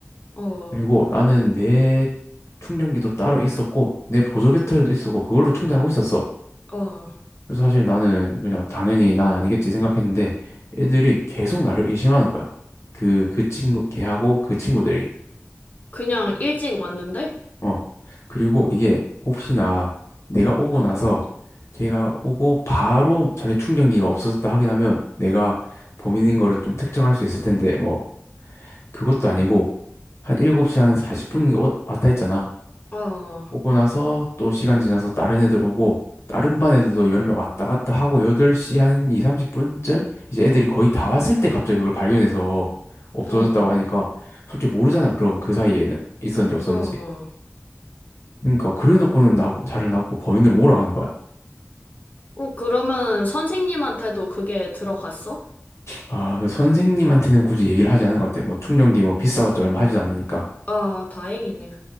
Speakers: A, on the left (about 35°); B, on the left (about 65°).
A: 어,
B: 그리고 나는 내 충전기도 따로 있었고 내 보조 배터리도 있었고 그걸로 충전하고 있었어.
A: 어.
B: 그래서 사실 나는 그냥 당연히 난 아니겠지 생각했는데 애들이 계속 나를 의심하는 거야. 그, 그 친구, 걔하고 그 친구들이.
A: 그냥 일찍 왔는데?
B: 어. 그리고 이게 혹시나 내가 오고
A: 어,
B: 나서 걔가 오고 바로 자기 충전기가 없어졌다 하긴 하면 내가 범인인 거를 좀 특정할 수 있을 텐데 뭐 그것도 아니고 한 7시 한 40분 왔다 했잖아.
A: 어,
B: 오고 나서 또 시간 지나서 다른 애들 오고 다른 반 애들도 여름에 왔다 갔다 하고 8시 한 2, 30분쯤 이제 애들이 거의 다 왔을 때 갑자기 그걸 발견해서 없어졌다고
A: 어.
B: 하니까 솔직히 모르잖아. 그럼 그 사이에는 있었는지 없었는지.
A: 어.
B: 그러니까 그래 놓고는 나 자를 낳고 범인으로 몰아가는 거야.
A: 어, 그러면 선생님한테도 그게 들어갔어?
B: 아, 그 선생님한테는 굳이 얘기를 하지 않은 것 같아. 뭐 충전기 뭐 비싸봤자 얼마 하지도 않으니까.
A: 아, 다행이네.